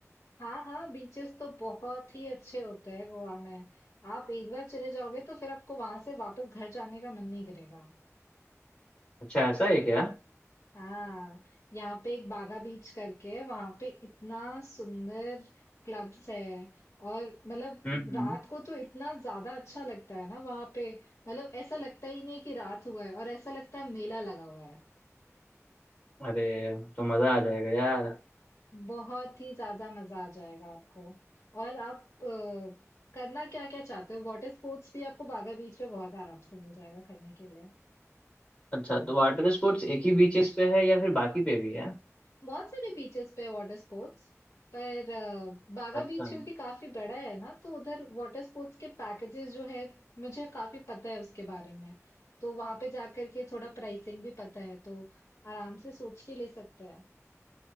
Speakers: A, on the left (about 65°); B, on the left (about 20°).
A: हाँ, हाँ, बीचेस तो बहुत ही अच्छे होते हैं गोवा में। आप एक बार चले जाओगे तो फिर आपको वहां से वापस घर जाने का मन नहीं करेगा।
B: अच्छा ऐसा है क्या
A: हाँ, यहाँ पे एक बागा बीच करके है, वहां पे इतना सुंदर क्लब्स है और मतलब
B: हम्म हम्म
A: रात को तो इतना ज्यादा अच्छा लगता है ना वहां पे मतलब ऐसा लगता ही नहीं है कि रात हुआ है और ऐसा लगता है मेला लगा हुआ है।
B: अरे तो मजा आ जाएगा यार
A: बहुत ही ज्यादा मजा आ जाएगा आपको और आप अ, करना क्या क्या चाहते हो वाटर स्पोर्ट्स भी आपको बागा बीच पे बहुत आराम से मिल जाएगा करने के लिए
B: अच्छा तो वाटर स्पोर्ट्स एक ही बीचेस पे है या फिर बाकी पे भी है
A: बहुत सारे बीचेस पे वाटर स्पोर्ट्स पर अ, बागा
B: अच्छा
A: बीच क्योंकि काफी बड़ा है ना तो उधर वाटर स्पोर्ट्स के पैकेजेस जो है मुझे काफी पता है उसके बारे में तो वहां पे जाकर के थोड़ा प्राइसिंग भी पता है तो आराम से सोच के ले सकते हैं